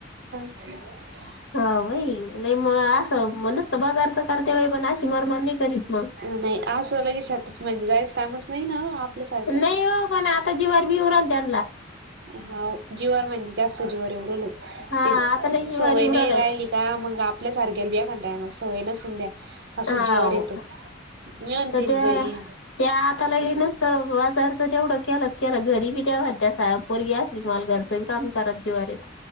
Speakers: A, on the right (about 60°); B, on the left (about 80°).
A: हम्.
B: हा भाई नाही म असं म्हणसत बाजारच करते बाई पण अशी मारमार नाही करीत. मग
A: नाही असं लगेचात म्हणजे जायच कामच नाही ना. आपल्यासारखं
B: नाही हो पण आता जीवर बी उ राल त्यांला.
A: हा जीवावर म्हणजे जास्त जीवर येऊ.
B: हा
A: ते
B: आता लय जीवार
A: सवय
B: येऊ
A: नाही
B: राहिलं
A: राहिली का मग, आपल्या सारखे बिया का टायमस. सवय नंसून द्या. असं
B: हा
A: जीवावर येतं मी म्हणते
B: तर त्या, त्या आताला येेनस. बाजारच तेवढं केल केल घरी, बी तेव त्यासा पोरगी असली माल घरचं काम करत जीवार येत